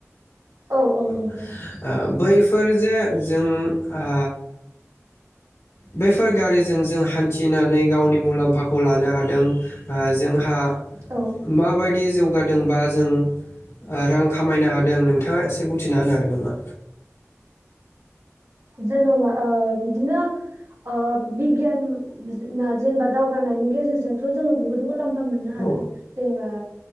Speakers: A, on the right; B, on the left.
A: औ औ
B: ओ
A: नंगौ
B: बै फोर जे जों आ बैफोर गारिजों जों हान्थिनानै गावनि मुलाम्फाखौ लानो हादों ओ जोंहा
A: औ
B: माबायदि जौगादों बा जों। रां खामायनो हादों नोंथाङा एसे बुंथिना होनो हागोन नामा।
A: जेन'बा ओ बिदिनो ओ बिगियान <unintelligible> जेनेबा दावगानायनि गेजेरजोंथ' जों बुहुत मुलाम्फा। फा मोननो हादों
B: औ
A: जेनेबा।